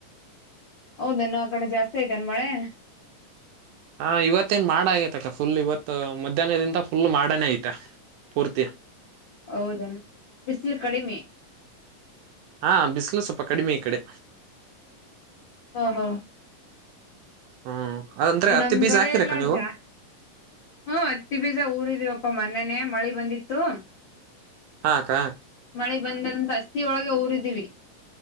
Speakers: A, on the left (about 60°); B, on the right (about 80°).
A: ಹೌದನ್ನು ಆ ಕಡೆ ಜಾಸ್ತಿ ಐತೇನ್ ಮಳೆ
B: ಹಾ ಇವತ್ತೇಏನ್ ಮಾಡ ಆಗೈತ ಅಕ ಫುಲ್ ಇವತ್ತು ಮಧ್ಯಾಹ್ನದಿಂದ ಫುಲ್ ಮಾಡನೇ ಐತೆ ಪೂರ್ತಿ
A: ಹೌದಣ ಬಿಸಿಲು ಕಡಿಮೆ
B: ಹಾ ಬಿಸಿಲು ಸ್ವಲ್ಪ ಕಡಿಮೆ ಈ ಕಡೆ
A: ಹಾ ಹಾ
B: ಹ್ಮ್ ಅಂದ್ರೆ ಹತ್ತಿ
A: ನಮ್ಗಡೆ
B: ಬೀಜ ಹಾಕಿರಕ್ಕ
A: ಎಲ್ಲಾ
B: ನೀವು
A: ಜಾ ಹ್ಮ ಹತ್ತಿ ಬೀಜ ಊರ ಇದೀವಪ್ಪ ಮನನೆ ಮಳ ಬಂದಿತ್ತು
B: ಹಾ ಕ
A: ಳಿ ಬಂದಂತ ಹಸಿ ಒಳಗೆ ಊರಿದೀವಿ